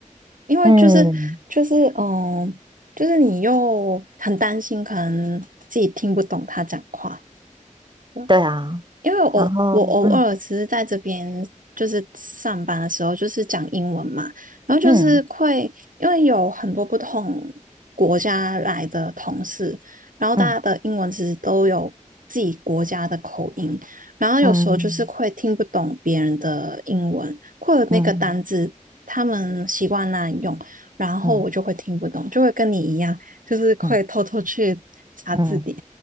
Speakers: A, on the right; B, on the right.
A: 因为就是就是嗯，
B: 嗯，
A: 就是你又很担心，可能自己听不懂他讲话，对
B: 对啊，
A: 因为我我偶尔只是在这边就是上班的时候，
B: 然后嗯
A: 就是讲英文嘛，然后就是会因为有很多不同国家来的同事，
B: 嗯
A: 然后大家的英文其实都有自己国家的口音，
B: 嗯
A: 然后有时候就是会听不懂别人的英文，
B: 嗯
A: 或者那个单字他们习惯那样用，
B: 嗯
A: 然后我就会听不懂，
B: 嗯嗯
A: 就会跟你一样，就是会偷偷去查字典。
B: 嗯嗯。嗯